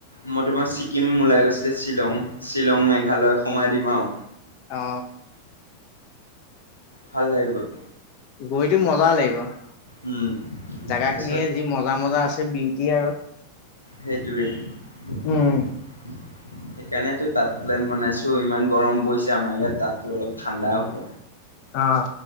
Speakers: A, on the left (about 85°); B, on the left (about 45°).
A: মই তোমাৰ ছিকিম ওলাই গৈছিলে শ্বিলং- শ্বিলং মেঘালয় সোমাই দিম। আৰু
B: অ
A: ভাল লাগিব-
B: গৈতো মজা লাগিব-
A: উম,
B: জাগা
A: তাৰপিছত
B: খিনিয়ে যি মজা মজা আছে বিউটি আৰু
A: সেইটোৱে সেইকাৰণটো
B: উম
A: তাত প্লেন বনাইছো ইমান গৰম পৰিছে আমাৰ ইয়াত তাতো অলপ ঠাণ্ডা হ'ব।
B: আহ